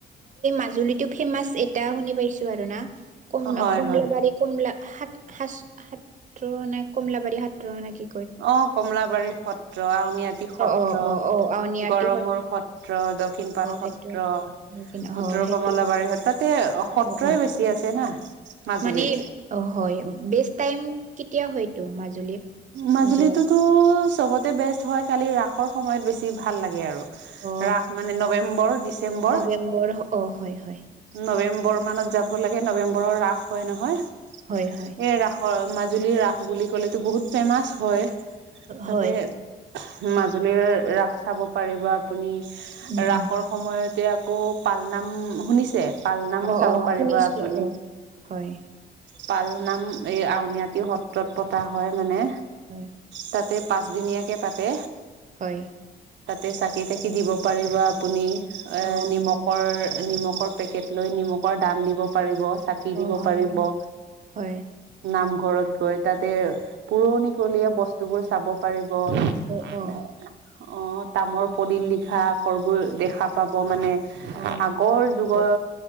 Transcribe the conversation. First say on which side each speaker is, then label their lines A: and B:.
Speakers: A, on the right; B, on the right.
A: মাজুলিটো ফেমাচ এটা শুনি পাইছো আৰু না। কমলা
B: হয়
A: -কমলাবাৰী
B: হয়
A: -কমলা সাত সাচ সাত্ৰ নে কমলাবাৰী সাত্ৰ নেকি?
B: অ কমলাবাৰী সত সত্ৰ, আউনীআটি সত্ৰ,
A: অ অ অ আউনীআটী
B: গড়মূৰ সত্ৰ, দক্ষিণ পাট
A: অ
B: সত্ৰ।
A: সেইটো হয়
B: উত্তৰ
A: সেইটো
B: কমলাবাৰীৰ
A: সত্ৰ
B: সত, তাতে সত্ৰই
A: অ অ
B: বেছি আছে না। মাজুলীত
A: মানে হয়, বেচ টাইম কেতিয়া হয়টো মাজুলীৰ?
B: মাজুলীটোতো
A: যোৱা
B: চবতে বেষ্ট হয়, খালি ৰাসৰ সময়ত বেছি ভাল লাগে আৰু।
A: অ
B: ৰাস মানে নৱেম্বৰ, ডিচেম্বৰ।
A: নৱেম্বৰ অ হয় হয়
B: নৱেম্বৰ মানত যাব লাগে, নৱেম্বৰৰ ৰাস হয় নহয়। এ
A: হয় হয়
B: ৰাসৰ মাজুলী ৰাস বুলি ক'লেতো বহুত ফেমাচ হয়। তাতে
A: হয়
B: মাজুলীৰ ৰাস চাব পাৰিব আপুনি।
A: উম
B: ৰাসৰ
A: উম
B: সময়তে আকৌ পালনাম শুনিছে? পালনাম
A: অ
B: চাব
A: অ
B: পাৰিব
A: শুনিছো
B: আপুনি।
A: অ হয়
B: পালনাম এই আউনীআটি সত্ৰত পতা হয় মানে।
A: হয়।
B: তাতে পাঁচদিনীয়াকে পাতে
A: হয়।
B: তাতে চাকি-তাকি দিব পাৰিব আপুনি এ
A: অ
B: নিমকৰ নিমকৰ পেকেট লৈ নিমকৰ দান দিব পাৰিব। চাকি
A: হয়
B: দিব পাৰিব,
A: হয়
B: নামঘৰত গৈ তাতে পুৰণিকলীয়া বস্তুবোৰ চাব পাৰিব অহ,
A: অ অ
B: তামৰ পলিদ লিখা আখৰবোৰ দেখা পাব মানে।
A: অ
B: আগৰ যুগৰ
A: হয়